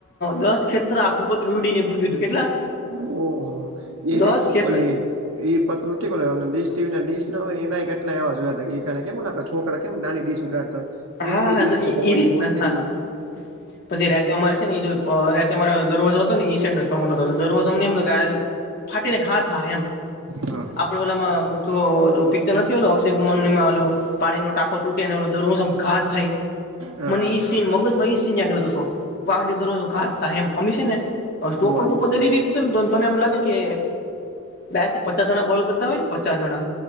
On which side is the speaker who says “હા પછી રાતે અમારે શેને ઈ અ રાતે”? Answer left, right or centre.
Left